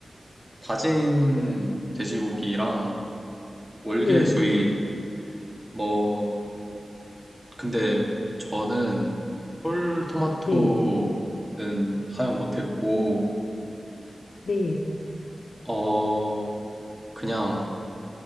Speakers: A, on the right (about 15°); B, on the left (about 75°).
A: 다진 돼지고기랑 월계수잎,
B: 네.
A: 뭐, 근데 저는 홀 토마토는
B: 네.
A: 사용 못했고,
B: 네.
A: 어, 그냥